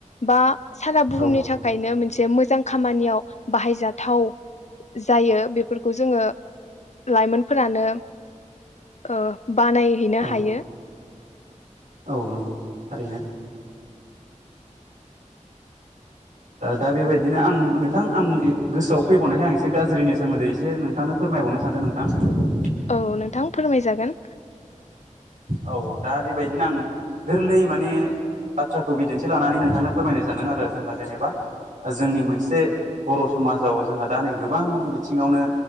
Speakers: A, on the left; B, on the right.
A: बा सारा बुहुमनि
B: औ
A: थाखायनो मोनसे मोजां खामानियाव बाहायजा थाव जायो बेफोरखौ जोङो लाइमोनफोरानो ओ बानायहैनो
B: औ
A: हायो।
B: औ नंगौ थारैनो। दा बेबायदिनो आं नोंथां आंनि गोसोआव फैबावनायखाय आं एसे गाज्रिनि सोमोन्दै एसे नोंथांनो फोर फोरमायबावनो सानदों नोंथां।
A: औ नोंथां फोरमायजागोन
B: औ दा बेबायदिनो आं गोरलै माने बाथ्राखौ बिदिन्थि लानानै नोंथांनो फोरमायनो सानदों आरो जोंहा जेनेबा जोंनि मोनसे बर' सम समाजाव जोंहा दा नै गोबां बिथिङावनो